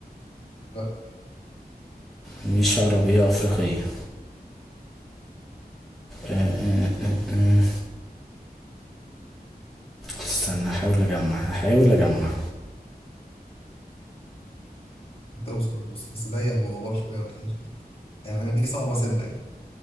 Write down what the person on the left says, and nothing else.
لا
هتوصل هتوصل بس ضيق الموضوع شوية وتلاقيه خد. يعني أنا دي صعبة سنة يعني